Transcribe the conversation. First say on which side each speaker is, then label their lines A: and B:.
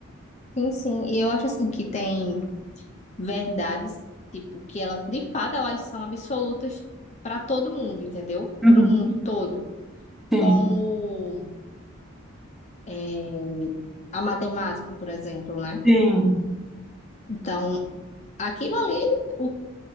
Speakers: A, on the left; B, in the centre.
A: sim, sim. E eu acho assim que tem. verdades, tipo, que elas, de fato, elas são absolutas para todo mundo, entendeu?
B: Uhum.
A: Para o mundo todo.
B: Sim,
A: Como é, a matemática, por exemplo, né?
B: sim.
A: Então, aquilo ali, o